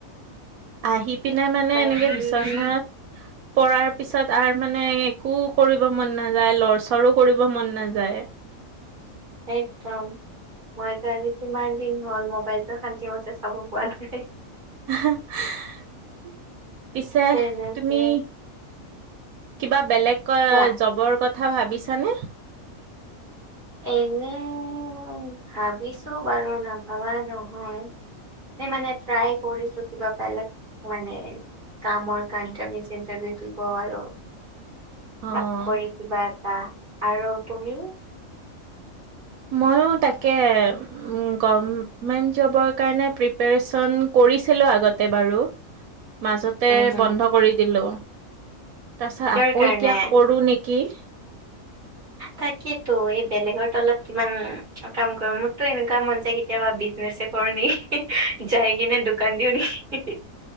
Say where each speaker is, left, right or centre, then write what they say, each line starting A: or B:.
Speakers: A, on the right (about 85°); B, on the right (about 40°).
A: আহিপিনে মানে
B: বাকী
A: এনেকে বিচনাত
B: <unintelligible>
A: পৰাৰ পিছত আৰ মানে একো কৰিব মন নাযায়। লৰচৰো কৰিব মন নাযায়।
B: একদম। মইটো আজি কিমান দিন হ'ল, মোবাইলটোো শান্তিমতে চাব পৰা নাই।
A: হাঁহ হাঁ--পিছে
B: তেনেকে
A: তুমি? কিবা বেলেগ কৰা
B: কোৱা
A: জবৰ কথা ভাৱিছানে?
B: এনেই ভাবিছোঁ বাৰু নাভাবা নহয়। এ মানে ট্ৰাই কৰিছোঁ কিবা পালে মানে কামৰ কণ্টাৰভিউজ ইটাৰভিউ দিব আৰু,
A: অ',
B: চাকৰি কিবা এটা, আৰু তুমি-
A: ময়ো তাকে, গভমেণ্ট জবৰ কাৰণে প্ৰিপেৰেইছন কৰিছিলোঁ আগতে বাৰু।
B: <unintelligible>
A: মাজতে
B: উম, হুম।
A: বন্ধ কৰি দিলোঁ। তাছা
B: কিহৰ
A: আকৌ'
B: কাৰণে?
A: এতিয়া কৰো নিকি। কি?
B: তাকেইতো এই বেলেগৰ তলত কিমান কাম কৰোঁ মোৰতো এনেকুৱা মন যায় কেতিয়াবা বিজনেছে - কৰো নি যাই কিনে দোকান দিও নেকি?